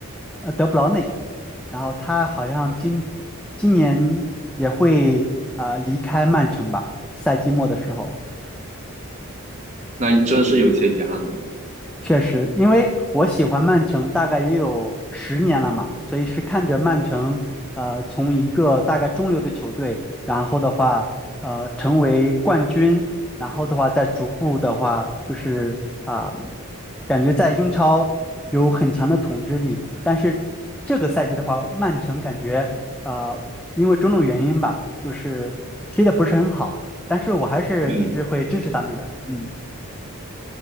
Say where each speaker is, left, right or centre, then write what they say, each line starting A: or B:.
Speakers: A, in the centre; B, on the right.
A: 呃，德布劳内，然后他好像今今年也会啊呃离开曼城吧，赛季末的时候。
B: 那真是有些遗憾呢。
A: 确实，因为我喜欢曼城大概也有十年了嘛，所以是看着曼城，呃，从一个大概中流的球队，然后的话，呃，成为冠军，然后的话再逐步的话，就是啊、感觉在英超有很强的统治力。但是这个赛季的话，曼城感觉啊、因为种种原因吧，就是踢的不是很好，但是我还是一直会支持他们的，
B: 嗯，
A: 嗯。